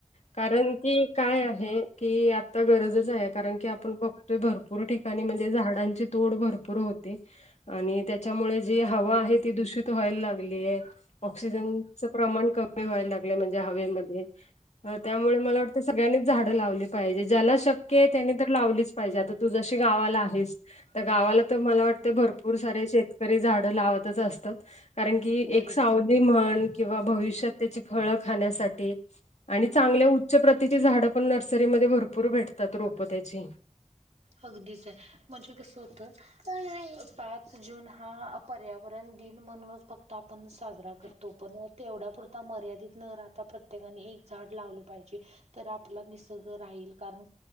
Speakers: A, on the left; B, on the right.
A: कारण की काय
B: हं,
A: आहे की आता गरजच आहे कारण की आपण बघतोय भरपूर ठिकाणी म्हणजे झाडांची तोड भरपूर होते आणि त्याच्यामुळे जी हवा आहे ती दूषित व्हायला लागलीय ऑक्सिजनचं प्रमाण क मी व्हायला लागले म्हणजे हवेमध्ये अ त्यामुळे मला वाटत सगळ्यांनी झाड लावली पाहिजे ज्याला शक्य आहे त्यानी तर लावलीच पाहिजे आता तू जशी गावाला आहेस तर गावाला तर मला वाट भरपूर सारे शेतकरी झाडं लावतच असतात कारण एक
B: बरोबर.
A: सावली ती म्हण किंवा भविष्यात त्याची फळ खाण्यासाठी आणि चांगल्या उच्च प्रतीची झाडं पण नर्सरीमध्ये भरपूर भेटतात रोपं त्याची
B: अगदीच आहे म्हणजे कसं होतं पाच जून हा पर्यावरण दिन म्हणूनच फक्त आपण साजरा करतो पण तेवढ्यापुरता मर्यादित न राहता प्रत्येकाने एक झाड लावलं पाहिजे तर आपला निसर्ग राहील कारण